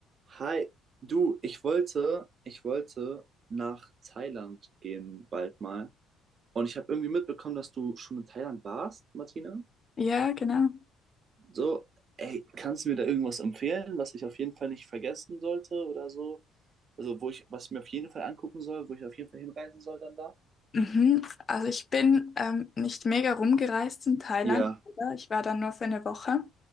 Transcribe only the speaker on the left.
Ja, genau.
Mhm. Also ich bin ähm, nicht mega rumgereist in Thailand.
oder? Ich war da nur für eine Woche,